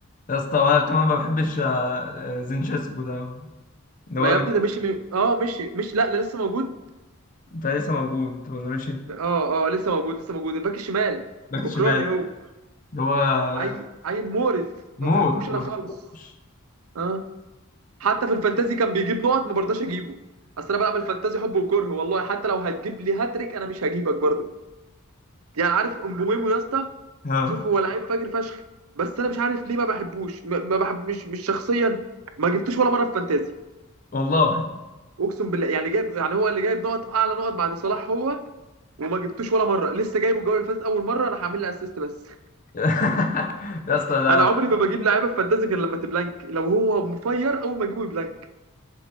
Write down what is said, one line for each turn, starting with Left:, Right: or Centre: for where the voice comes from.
Left: يا اسطى انا كمان ما بحبش آه، آه، زينشيسكو ده اللي
Right: ما
Left: هو
Right: يا
Left: بت-
Right: ابني ده مشي من... اه مشي مش لا لا لسه موجود
Left: ده لسه موجود ولا ماشي
Right: اه اه لسه موجود لسه موجود الباك الشمال
Left: باك
Right: اوكراني
Left: شمال
Right: هو
Left: اللي هو
Right: عيل عيل مقرف ما
Left: موت
Right: بحبوش انا
Left: ما
Right: خالص
Left: بحبوش
Right: اه حتى في الفانتازي كان بيجيب نقط ما برضاش اجيبه اصل انا بلعب الفانتازي حب وكره والله حتى لو هتجيب لي هاتريك انا مش هجيبك برضه يعني عارف امبوميمو يا اسطى
Left: اه
Right: شوف هو لعيب فاجر فشخ بس انا مش عارف ليه ما بحبوش ما ما بحب مش مش شخصيا ما جبتوش ولا مره في فانتازي
Left: والله
Right: اقسم بالله يعني جايب يعني هو اللي جايب نقط اعلى نقط بعد صلاح هو وما جبتوش ولا مره لسه جايبه الجوله اللي فاتت اول مره راح اعمل له اسيست بس
Left: <laughs> يا اسطى ده
Right: انا عمري ما بجيب لعيبه في فانتازي غير لما تبلانك لو هو مفير اول ما اجيبه يبلانك